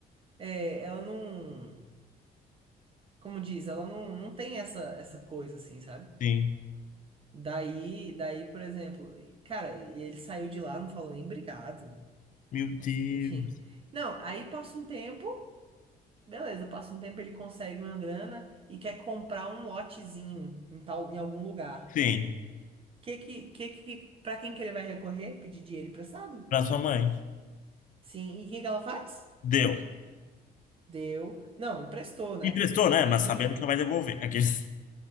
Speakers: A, on the right; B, on the left.
A: É, ela não, como diz, ela não, não tem essa, essa coisa assim, sabe?
B: sim.
A: Daí, daí, por exemplo, cara, e ele saiu de lá, não falou nem obrigado,
B: Meu Deus.
A: enfim. Não, aí passa um tempo, beleza, passa um tempo ele consegue uma grana e quer comprar um lotezinho em tal, em algum lugar.
B: Sim,
A: Que que, que que, para quem que ele vai recorrer? Pedir dinheiro emprestado?
B: pra sua mãe.
A: Sim, e o que que ela faz?
B: Deu.
A: Deu. Não, emprestou, né?
B: Emprestou, né? Mas
A: e
B: sabendo que não vai devolver. Aqueles.